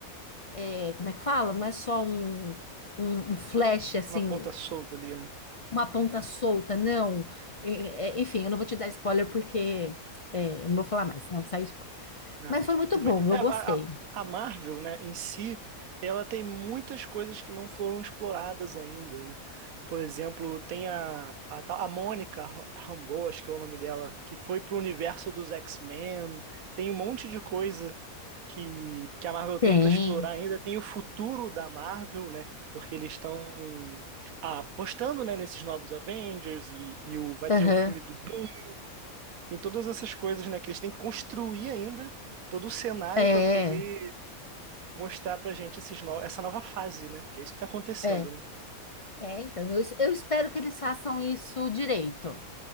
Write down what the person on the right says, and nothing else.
uma ponta solta ali, né?
Ah,
tudo
bem.
É, a,
a- a Marvel, né, em si, ela tem muitas coisas que não foram exploradas ainda, né? Por exemplo, tem a, a, tal- a Mônica Rambeau, acho que é o nome dela, que foi pro universo dos X-Men. Tem um monte de coisa que, que a Marvel tem
para explorar ainda. Tem o futuro da Marvel, né? Porque eles estão apostando, né, nesses novos Avengers e, e o, vai
ter o filme do Doom. Tem todas essas coisas, né, que eles têm que construir ainda todo o cenário
para poder mostrar pra gente esses no, essa nova fase, né? Que é isso que tá acontecendo,
né?